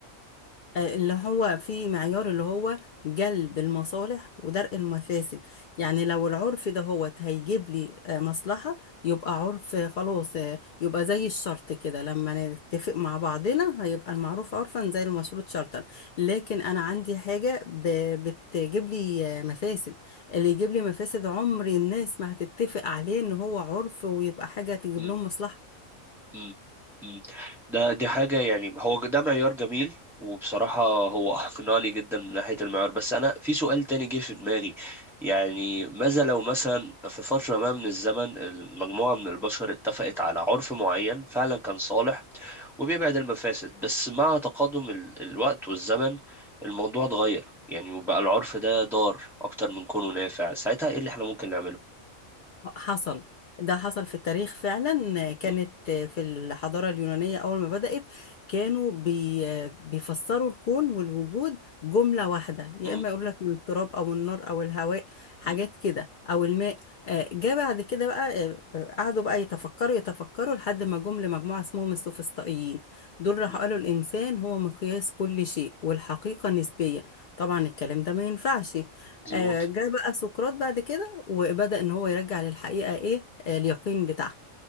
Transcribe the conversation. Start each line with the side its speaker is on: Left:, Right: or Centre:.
Left: آه، اللي هو في معيار اللي هو جلب المصالح ودرء المفاسد يعني لو العرف ده هو هيجيب لي آه، مصلحة يبقى عرف آه، خلاص آه، يبقى زي الشرط كده لما نتفق مع بعضنا هيبقى المعروف عرفا زي المشروط شرطا لكن أنا عندي حاجة ب- بتجيب لي آه، مفاسد اللي يجيب لي مفاسد عمر الناس ما هتتفق عليه إن هو عرف ويبقى حاجة تجيب
Centre: لأ
Left: لهم مصلحة
Centre: مم. مم. ده دي حاجة يعني هو ده معيار جميل وبصراحة هو <laughs> أقنعني جدا من ناحية المعيار بس أنا في سؤال تاني جه في دماغي يعني ماذا لو مثلا في فترة ما من الزمن مجموعة من البشر اتفقت على عرف معين فعلا كان صالح وبيبعد المفاسد بس مع تقادم ال- الوقت والزمن الموضوع اتغير يعني وبقى العرف ده ضار أكتر من كونه نافع ساعتها إيه اللي إحنا ممكن نعمله؟
Left: حصل ده حصل في التاريخ فعلا كانت
Centre: مم.
Left: في الحضارة اليونانية أول ما بدأت كانوا بي بيفسروا الكون والوجود جملة واحدة يا
Centre: مم.
Left: إما يقول لك من التراب أو النار أو الهواء حاجات
Centre: مم.
Left: كده أو الماء آه، جه بعد كده بقى آه، آه، قعدوا بقى يتفكروا يتفكروا لحد ما جم لمجموعة اسمهم السوفسطائيين دول راحوا
Centre: مم.
Left: قالوا الإنسان هو مقياس كل شيء والحقيقة نسبية طبعا الكلام ده ما ينفعش
Centre: مظبوط
Left: آه، جه بقى سقراط بعد كده وبدأ ان هو يرجع للحقيقة ايه آه، اليقين بتاعها